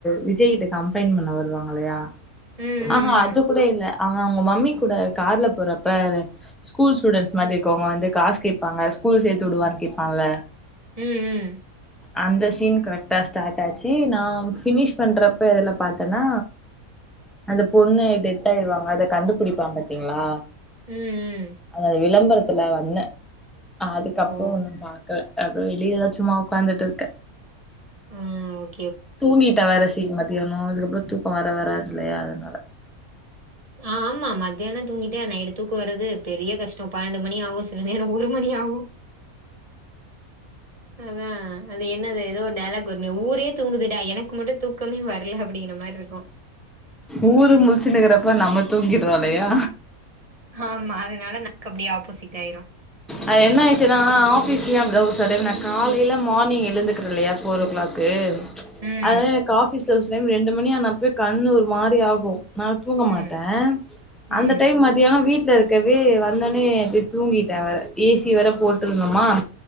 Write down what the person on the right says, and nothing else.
ம் ம்
ம் ம்
ம் ம் ம்
ஓ
ம்
ஆ அமா மத்தியான தூங்கிட்டா நைட்டு தூக்கொ வரது பெரிய கஷ்டொ பன்னெண்டு மணி ஆவு சில நேரொ ஒரு மணி ஆவு அதா அது என்னது ஏதோ ஒரு டைலாக் வருமே ஊரே தூங்குதுடா எனக்கு மட்டு தூக்கமே வ ர்ல அப்டீன மார் ருக்கு
ஆமா அதனால நாகு அப்டி ஆப்போசிட் ஆயிரு
ம்
ம்
ம்